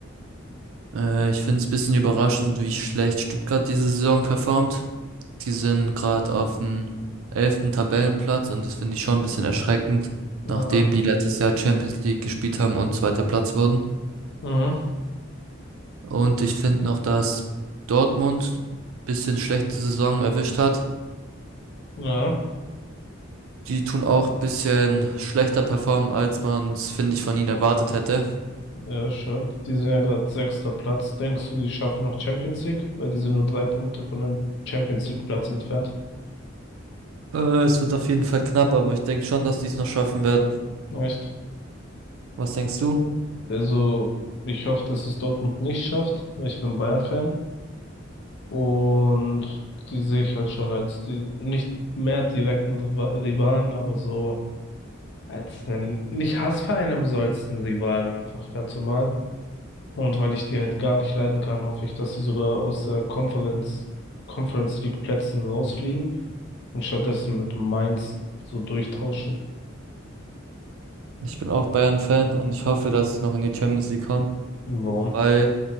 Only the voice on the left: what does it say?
Ja.
Mhm.
Ja.
Ja, schön. Die sind ja gerade sechster Platz. Denkst du, die schaffen noch Champions League? Weil die sind nur drei Punkte von dem Champions League Platz entfernt.
Echt?
Also, ich hoffe, dass es Dortmund nicht schafft, weil ich bin Bayern-Fan. Und die sehe ich halt schon als die, nicht mehr direkten Riva- Rivalen, aber so als einen, nicht Hassverein, aber so als einen Rivalen einfach, ganz normal. Und weil ich die halt gar nicht leiden kann, hoffe ich, dass sie sogar aus der Conference, Conference League Plätzen rausfliegen und stattdessen mit Mainz so durchtauschen.
Warum?